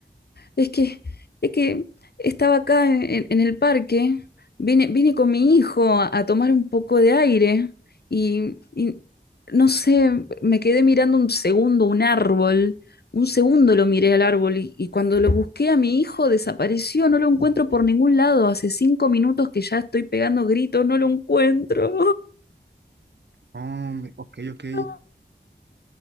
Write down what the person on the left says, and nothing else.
Es que, es que estaba acá en, en- en el parque, vine, vine con mi hijo a, a tomar un poco de aire y, y no sé, me quedé mirando un segundo un árbol, un segundo lo miré al árbol y, y cuando lo busqué a mi hijo desapareció, no lo encuentro por ningún lado, hace cinco minutos que ya estoy pegando gritos, no lo encuentro.
<laughs>